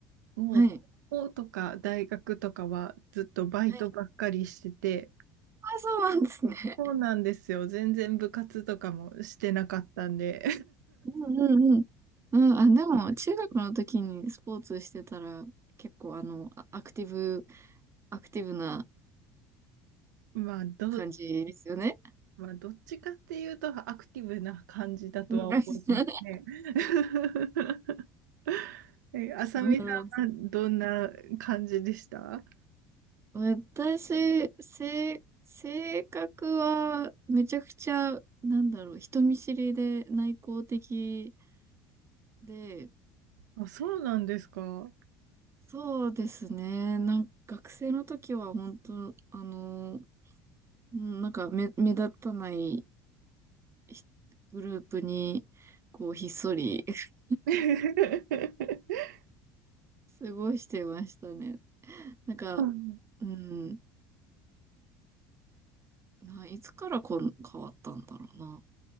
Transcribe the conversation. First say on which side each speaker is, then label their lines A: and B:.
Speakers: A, on the right; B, on the right.
A: もう高校とか大学とかはずっとバイトばっかりしてて、
B: はい。はい。あ、そうなんですね。
A: そうなんですよ。全然部活とかもしてなかったんで
B: うんうんうん。うん、あ、でも、中学の時にスポーツしてたら、結構、あの、あアクティブ、アクティブな
A: <laughs> まあど、
B: 感じですよね。
A: まあ、どっちかっていうとアクティブな感じだとは思いますね。
B: うんう
A: <laughs> え、あさみさんはどんな感じでした
B: んはい。私、性、性格はめちゃくちゃ、なんだろう、人見知りで内向的で、
A: あ、そうなんですか。
B: そうですね。なんか学生の時は本当、あの、うんなんか目、目立たないひグループに、こう、ひっそり <laughs>
A: <laughs>
B: 過ごしてましたね。なんか、
A: うん
B: うん、ないつからこん変わったんだろうな。